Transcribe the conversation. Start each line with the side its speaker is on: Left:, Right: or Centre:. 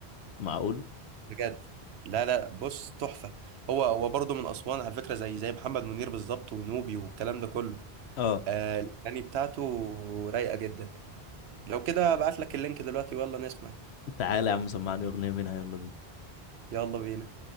Left: معقول
Right: بجد لا لا بص تحفه هو هو برضه من اسوان على فكره زي زي محمد منير بالظبط ونوبي والكلام ده كله
Left: اه
Right: آه الاغاني بتاعته رايقه جدا لو كده ابعت لك اللينك دلوقتي ويلا نسمع
Left: تعالى يا عم سمعني اغنيه منها يلا بينا
Right: يلا بينا